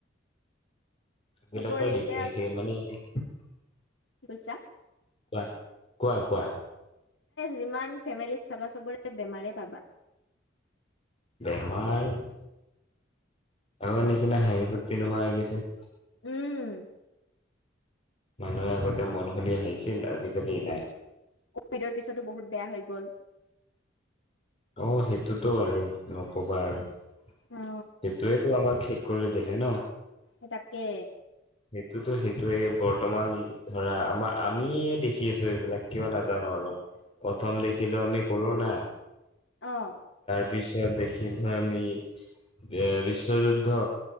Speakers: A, on the left (about 30°); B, on the left (about 80°).
A: স
B: চবৰে
A: বিিলৰ দিকে
B: এতিয়া
A: সেই মানে কোৱা
B: কি কৈছা
A: কোৱা কোৱা
B: যিমান ফেমিলিত চাবা চাবৰে বেমাৰে পাবা
A: বেমাৰ আগৰ নিচিনা হাঁহি প্তি নোহোৱা হৈ গৈছে
B: উম
A: মানুহে আগতে মন হলি আহিছিল আজিকালি নাই
B: কভিডৰ পিছতো বহুত বেয়া হৈ গ'ল
A: অ সেইটোতো আৰু নকবা আৰু সেইটোৱেতটো
B: অ
A: আমাক কি কৰি দিল ন'
B: এাকে
A: সেইটোতো সেইটোোৱে বৰ্তমান ধৰা আমাৰ আমিয়ে দেখি আছো এইবিলাক কিয় নাজানো আৰু প্ৰথম দেখিলো আমি কৰোনা
B: আহ
A: তাৰ পিছত দেখিলো আমি এ বিশ্বযুদ্ধ